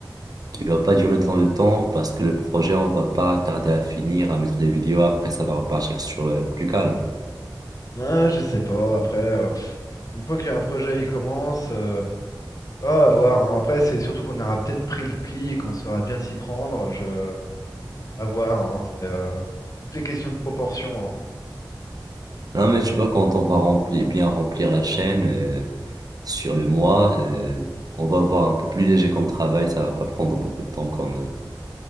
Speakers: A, on the right (about 50°); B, on the left (about 45°).
A: qui va pas durer dans le temps parce que le projet, on va pas tarder à finir, à mettre les vidéos. Après, ça va repartir sur euh, plus calme.
B: Ouais, je sais pas. Après, euh, pff, une fois qu'il y a un projet, il commence. euh, ah, à voir. hein. Après, c'est surtout qu'on aura peut-être pris le pli et qu'on saura bien s'y prendre. Je... À voir, hein, c'est, euh, tout est question de proportion, hein.
A: Non, mais tu vois, quand on va remplir, bien remplir la chaîne euh, sur le mois, euh, on va avoir un peu plus léger comme travail. Ça va pas prendre beaucoup de temps comme euh,